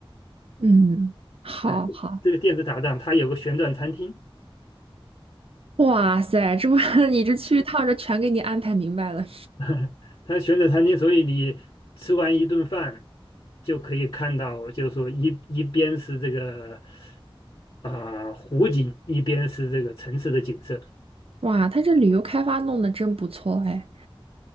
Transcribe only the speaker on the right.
嗯，好好，
哇塞，这不 <laughs> 你这去一趟，这全给你安排明白了。
哇，他这旅游开发弄得真不错哎，